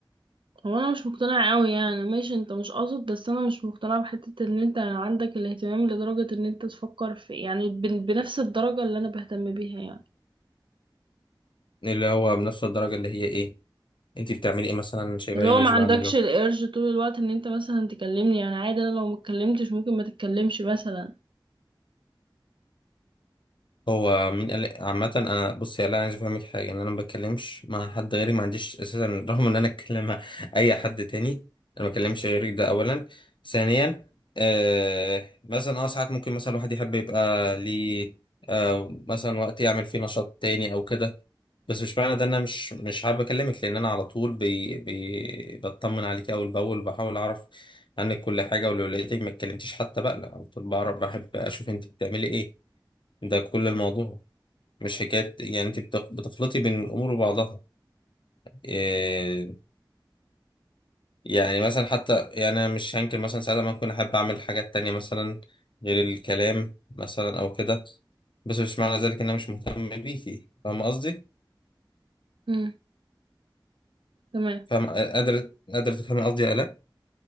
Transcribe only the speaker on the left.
اللي هو بنفس الدرجه اللي هي ايه انتي بتعملي ايه مثلا شايفاني
مش
بعمله
هو مين قال عامة انا بصي انا عايز افهمك حاجة ان انا ما بتكلمش مع حد غيري ما عنديش اساسا رغم ان انا اتكلم مع اي حد تاني انا ما بتكلمش غيرك ده اولا ثانيا آه مثلا اه ساعات ممكن مثلا الواحد يحب يبقى ليه آه مثلا وقت يعمل فيه نشاط تاني او كده بس مش معنى ده ان انا مش مش حابب اكلمك لان انا على طول بي بي بطمن عليك اول باول بحاول اعرف عنك كل حاجة ولو لقيتك ما اتكلمتيش حتى بقى لا على طول بعرف بحب اشوف انت بتعملي ايه ده كل الموضوع مش حكاية يعني انت بتخ- بتخلطي بين الامور وبعضها إيه يعني مثلا حتى يعني انا مش هنكر مثلا ساعات ما كنت احب اعمل حاجات تانية مثلا غير الكلام مثلا او كده بس مش معنى ذلك ان انا مش مهتم بيكي فاهم قصدي
فاهم قادر قادر تفهمي قصدي ولا لا